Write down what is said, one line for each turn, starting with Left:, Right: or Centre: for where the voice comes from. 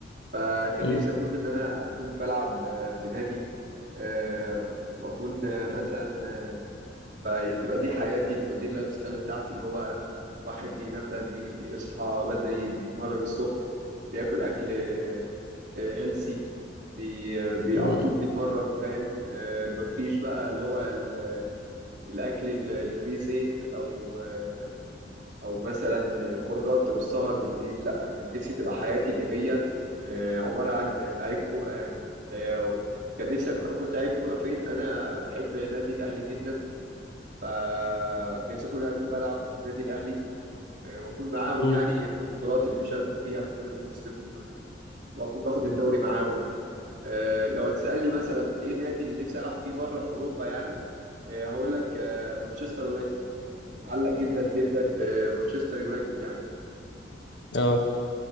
Right: فكان
Left: امم
Right: نفسي اكون ان انا اكون بلعب آه، في نادي أه واكون آه، مثلا بقى تبقى دي حياتي تبقى دي اللايف ستايل بتاعتي اللي هو واحد بينام بدري بيصحى بدري بيتمرن الصبح بياكل اكل هيلسي بي, بي
Left: امم
Right: على طول بيتمرن فاهم آه، مفيش بقى اللي هو ال- الاكل اللي فيه زيت او آه، او مثلا الخروجات والسهر بالليل لا كان نفسي تبقى حياتي اللي هي آه، عبارة عن لعيب كورة يعني آه، كان نفسي أك- اكون لعيب كورة فين انا بحب نادي الاهلي جدا فنفسي أكون أكون بلعب في النادي الأهلي آه، وأكون معاهم
Left: امم
Right: يعني في البطولات اللي بيشاركوا فيها في كل موسم و- وأكون باخد الدوري معاهم آه، لو هتسألني مثلا إيه النادي اللي نفسي ألعب فيه بره في أوروبا يعني آه، هقول لك آه، مانشستر يونايتد أنا متعلق جدا جدا بمانشستر يونايتد يعني
Left: اه
Right: آه،